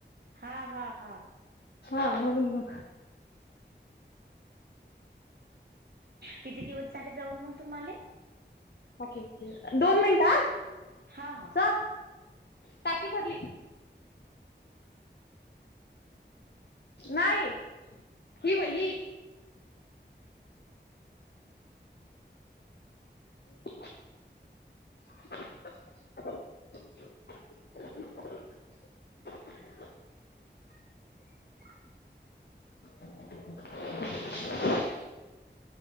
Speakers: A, on the right; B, on the left.
A: हा हा हा.
B: हा. म्हणून मग.
A: किती दिवस झाले जाऊन मग तुम्हाले?
B: ओके. दोन मिनट
A: हा हा
B: हं. टाकी भरली. नाही. हि ब ही. वरगी गाडी चा आवाज
A: ग्लास पडल्याचा आवाज
B: गाडीचा आवाज